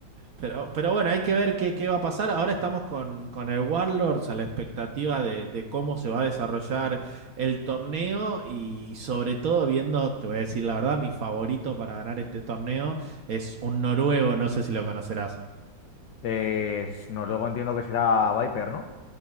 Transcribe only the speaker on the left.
Pues, no, luego entiendo que será Viper, ¿no?